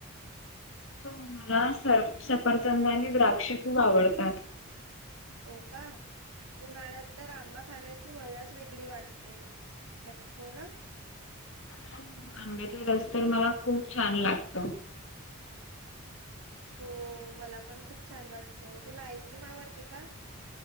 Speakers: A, on the left (about 60°); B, on the right (about 85°).
A: हो, मला सर सफरचंद आणि द्राक्ष खूप आवडतात.
B: हो का‌ उन्हाळ्यात तर आंबा खाण्याची मजाच वेगडी वाटते, हो ना?
A: आंब्याचा रस तर मला खूप छान लागतो.
B: हो मला पण खूप छान वाटतो, तुला आईस्क्रीम आवडते का?